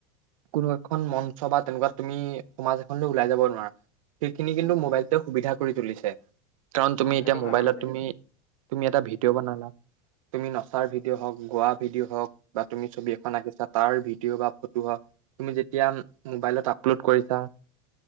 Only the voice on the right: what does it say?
কোনো এখন মঞ্চ বা তেনেকোৱা তুমি সমাজ এখন লৈ ওলাই যাব নোৱাৰা। সেইখিনি কিন্তু
মোবাইলতোৱে সুবিধা কৰি তুলিছে, কাৰণ তুমি
এতিয়া
মোবাইলত
তুমি তুমি এটা ভিডিঅ' বনালা, তুমি নচাৰ ভিডিঅ' হওক, গোৱা ভিডিঅ' হওক বা তুমি ছবি এখন আঁকিছা তাৰ ভিডিঅ' বা ফটো হওক তুমি যেতিয়া মোবাইলত আপলোড কৰিছা,